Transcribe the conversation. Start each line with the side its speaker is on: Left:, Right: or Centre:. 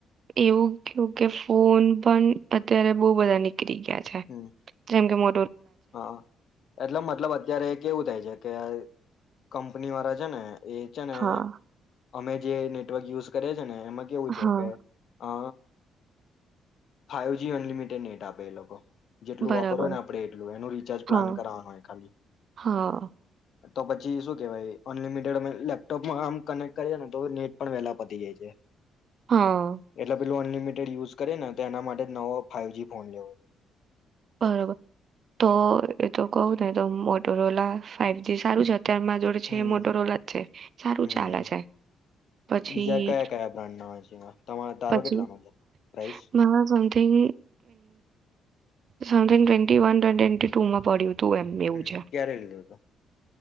Right: એવું કેવું કે ફોન પણ અત્યારે બઉ બધા નીકળ નિકળી ગયા છે
Left: હમ
Right: જેમ કે મો
Left: હા એટલે મતલબ અત્યારે એક કેવું થાય છે કે કંપની વાળા છે ને એ છે ને
Right: હા
Left: અમે જે નેટવર્ક યુઝ કરએ ને એમાં કેવું છે
Right: હા
Left: કે અ ફાઈવ જ અનલિમિટેડ નેટ આપે એ લોકો. જેટલું
Right: બરાબર
Left: વાપરો હોય ને આપડે. એનું રિચાર્જ પ્લાન
Right: હા
Left: કરવાનું હોય ખાલી.
Right: હા
Left: તો પછી શું કેવાય અનલિમિટેડ અમે લેપટોપમાં આમ કનેક્ટ કરીએ ને તો નેટ પણ વેલા પતી જાય છે.
Right: હા.
Left: એટલે અનલિમિટેડ યુઝ કરેને તો એના માટે જ નવો ફાઈવ જી ફોન લેવો.
Right: બરોબર.
Left: એક
Right: તો એ તો કઉ ને તો મોટરો ઓલા ફાઈવજી સારું છે. તે માર જોડે છે.
Left: હમ
Right: એ મોટોરોલા જ છે. સારું
Left: હમ
Right: ચાલે છે. પછી
Left: બીજા કયા કયા બ્રાન્ડ ના હોય છે તમા તારો
Right: પછી
Left: કેટલાનો છે price
Right: <unintelligible> something something twenty one ટ ટ્વેન્ટી ટુ માં પડ્યું. હતું એમ એવું
Left: હમ
Right: છે
Left: ક્યારે લીધો તો?